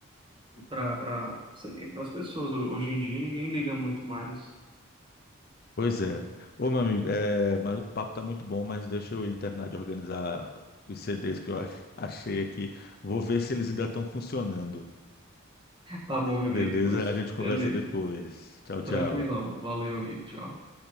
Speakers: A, on the right; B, on the left.
A: para para as pessoas. Hoje em dia ninguém liga muito mais.
B: Pois é. Ô, meu amigo, eh, mas o papo tá muito bom, mas deixa eu ir terminar de organizar os CDs que eu ach- <laughs> achei aqui. Vou ver se eles ainda estão funcionando.
A: Tá bom, meu
B: Beleza?
A: amigo, pois
B: A gente conversa
A: beleza.
B: depois. Tchau, tchau.
A: Tranquilão, valeu, amigo, tchau.